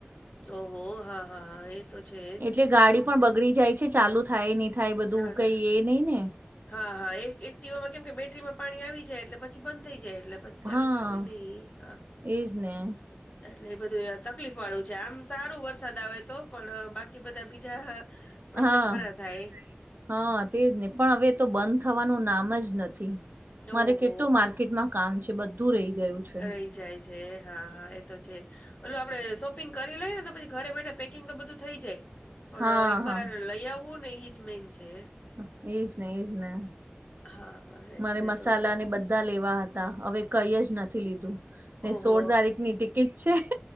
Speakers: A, on the left; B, on the right.
A: ઓહો! હા, હા એ જ. તો છે
B: એટલે ગાડી
A: કેમ
B: પણ બગડી જાય છે, ચાલુ થાય નહીં, થાય બધું
A: ના
B: કંઈ
A: ના
B: એ નહિ ને.
A: હા, હા એક એક્ટિવામાં કેમ કે બેટરીમાં પાણી આવી જાય એટલે પછી બંધ થઈ જાય, એટલે પ છ ચાલુ
B: હા
A: થાવુંય નહીં, હા.
B: એજ ને
A: એટલે એ બધુંય તકલીફ વાળું છે, આમ સારું વરસાદ આવે તો, પણ બાકી બધા બીજા
B: હા.
A: પ્રોબ્લેમ ઘણા થાય
B: હા તેજ ને, પણ હવે તો બંધ થવાનું નામ જ નથી. મારે
A: ઓહો
B: કેટલું માર્ ર્કેટમાં કામ છે, બધું રહી ગયું. છે
A: રહી જાય છે, હા, હા એ તો છે. ઓલું આપડે શોપિંગ કરી લઈએ ને તો પછી ઘરે બેઠા પેકિંગ તો બધું થઈ જાય. પણ
B: હા
A: એક બાર
B: હા.
A: લઈ આવવું ને ઈજ મેન છે.
B: હા, એજ ને, એજ ને.
A: હા, હા. એટલે
B: મારે મસાલા
A: તો
B: ને ઈ બધ ધા લેવા હતા, હવે કંઈ જ નથી લીધું. ને
A: ઓહો
B: સોળ તારીખની ટિકિટ છે.